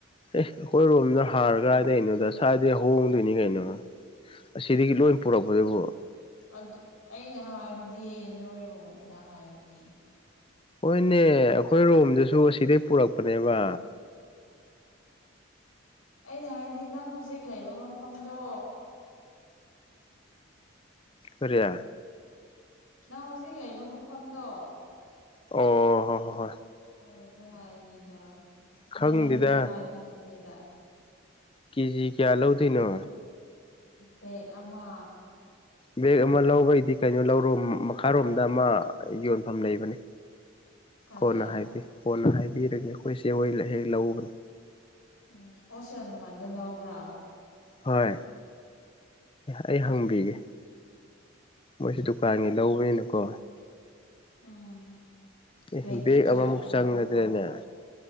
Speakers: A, on the left (about 25°); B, on the left (about 85°).
A: ꯑꯦ ꯑꯩꯈꯣꯏꯔꯣꯝꯗ ꯍꯥꯔ ꯀꯗꯥꯗ ꯀꯩꯅꯣꯗ ꯁ꯭ꯋꯥꯏꯗꯩ ꯍꯣꯡꯗꯣꯏꯅꯤ ꯀꯩꯅꯣ ꯑꯁꯤꯗꯒꯤ ꯂꯣꯏ ꯄꯨꯔꯛꯄꯗꯨꯕꯣ
B: ꯑꯗꯨ ꯑꯩꯅ ꯍꯥꯏꯕꯗꯤ ꯅꯣꯏꯔꯣꯝꯗ ꯍꯥꯏꯕꯅꯤ
A: ꯍꯣꯏꯅꯦ ꯑꯩꯈꯣꯏ ꯔꯣꯝꯗꯁꯨ ꯑꯁꯤꯗꯩ ꯄꯨꯔꯛꯄꯅꯦꯕ
B: ꯑꯩꯅ ꯍꯥꯏꯕꯗꯤ ꯅꯪ ꯍꯧꯖꯤꯛ ꯂꯩꯔꯤꯕ ꯃꯐꯝꯗꯣ
A: ꯀꯔꯤ
B: ꯅꯪ ꯍꯧꯖꯤꯛ ꯂꯩꯕ ꯃꯐꯝꯗꯣ
A: ꯑꯣ ꯍꯣ ꯍ ꯍꯣꯏ
B: ꯑꯗꯨꯗ ꯍꯥꯏꯔꯅꯤꯗ
A: ꯈꯪꯗꯦꯗ
B: ꯅꯪ ꯌꯨꯝꯗ ꯍꯥꯏꯕ ꯅꯠꯇꯦꯗ
A: ꯀꯦꯖꯤ ꯀꯌꯥ ꯂꯧꯗꯣꯏꯅꯣ
B: ꯕꯦꯛ ꯑꯃ
A: ꯕꯦꯒ ꯑꯃ ꯂꯧꯕꯒꯤꯗꯤ ꯀꯩꯅꯣ ꯂꯧꯔꯣ ꯃꯈꯥꯔꯣꯝꯗ ꯑꯃ ꯌꯣꯟꯐꯝ ꯂꯩꯕꯅꯦ
B: ꯀꯥꯏꯗ
A: ꯀꯣꯟꯅ ꯍꯥꯏꯒꯦ ꯀꯣꯟꯅ ꯍꯥꯏꯕꯤꯔꯒꯦ ꯑꯩꯈꯣꯏꯁꯦ ꯍꯣꯏ ꯍꯦꯛ ꯂꯎꯕꯅꯤ
B: ꯎꯝ ꯍꯣꯜ ꯃꯃꯥꯟꯗ ꯂꯧꯕ꯭ꯔꯥ
A: ꯍꯣꯏ ꯑꯩ
B: ꯎꯝ
A: ꯍꯪꯕꯤꯒꯦ ꯃꯣꯏꯁꯨ ꯗꯨꯀꯥꯟꯒꯤ ꯂꯧꯕꯅꯤꯅꯀꯣ
B: ꯎꯝ
A: ꯑꯦ
B: ꯕꯦꯛꯇ
A: ꯕꯦꯛ
B: ꯀꯌꯥ
A: ꯑꯃꯃꯨꯛ
B: ꯄꯤꯕ꯭ꯔꯥ
A: ꯆꯪꯒꯗ꯭ꯔꯅꯦ
B: ꯀꯣ